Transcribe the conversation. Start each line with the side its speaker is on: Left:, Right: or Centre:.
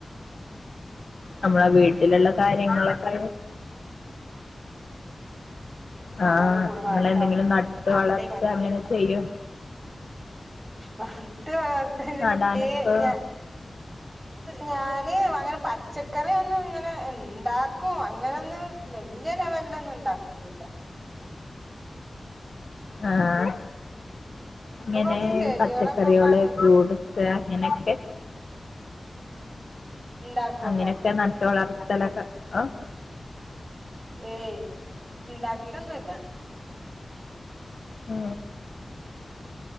Left: നമ്മളെ വീട്ടിലുള്ള കാര്യങ്ങളൊക്കെ ആഹ
Right: ആപ്പാന്റെ കൂടെ വാട്ടോ
Left: നിങ്ങ എന്തെങ്കിലും നട്ട് വളർച്ച
Right: അല്ലെ ഇപ്പാന്റെ
Left: അങ്ങനെ ചെയ്യോ
Right: മട്ട പാർഥ
Left: നടാനൊക്കെ
Right: ഏ ഞാ ഞാന് അങ്ങനെ പച്ചക്കറി അയൊന്നും ഇങ്ങനെ ഉണ്ടാക്കും അങ്ങനെ ഒന്നും വലിയ ലെവലിലൊന്നും ഉണ്ടാക്കന്നില്ല
Left: ആഹ ഇങ്ങനെ
Right: ഇപ്പൊ കൊറച്ച് ചെടികളൊക്കെ
Left: പച്ചക്കറികള്
Right: വാങ്ങി
Left: ഫ്രൂട്്സ് എനക്ക്
Right: ഇണ്ടാക്കോന്നോ
Left: അങ്ങനെയൊക്കെ നട്ടു വളർത്തലൊക്കെ ആ-
Right: ഏയ് ഉണ്ടാക്കിട്ടൊന്നും ഇല്ല
Left: ആ